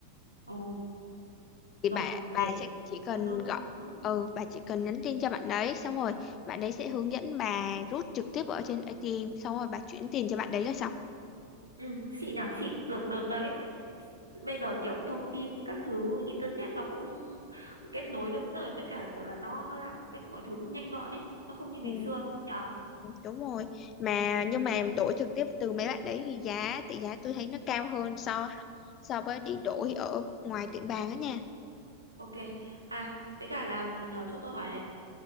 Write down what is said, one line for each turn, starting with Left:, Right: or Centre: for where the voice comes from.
Right: ờ,
Left: thì
Right: rồi
Left: bà bà
Right: để
Left: sẽ chỉ
Right: để
Left: cần
Right: tớ nốt
Left: gọi
Right: tớ nốt
Left: ừ bà chỉ cần nhắn tin cho bạn đấy xong rồi bạn đấy sẽ hướng dẫn bà rút trực tiếp ở trên ATM xong rồi bà chuyển tiền cho bạn đấy là xong
Right: ừ, xịn nào xịn được được đấy bây giờ kiểu thông tin các thứ internet nó cũng kết nối được rồi với cả kiểu là nó nó làm cách mọi thứ cũng nhanh gọn ấy nó không như
Left: ừ,
Right: ngày xưa nhở
Left: đúng rồi mà
Right: ừ,
Left: nhưng mà đổi trực tiếp từ mấy bạn đấy thì giá tỷ giá tôi thấy nó cao hơn so so với đi đổi ở ngoài tiệm vàng á nha
Right: ok à với cả là nó cho tôi hỏi này